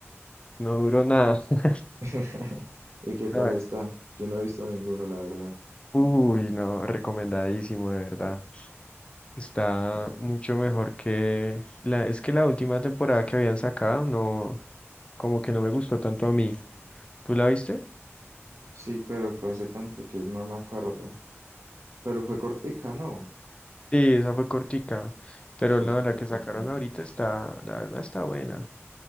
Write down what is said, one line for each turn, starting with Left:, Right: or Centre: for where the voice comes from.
Left: no duró nada. <laughs>
Right: <laughs> ¿Y qué
Left: No,
Right: tal
Left: es-
Right: está? Yo no he visto ninguno, la verdad.
Left: Uy, no, recomendadísimo, de verdad. Está
Right: Mm,
Left: mucho mejor que la, es que la última temporada que habían sacado, no, como que no me gustó tanto a mí. ¿Tú la viste?
Right: Sí, pero fue hace tanto que no me acuerdo. Pero fue cortica, ¿no?
Left: Sí, esa fue cortica, pero
Right: Sí,
Left: no,
Right: eso
Left: la
Right: fue
Left: que
Right: corta.
Left: sacaron ahorita está, la verdad está buena.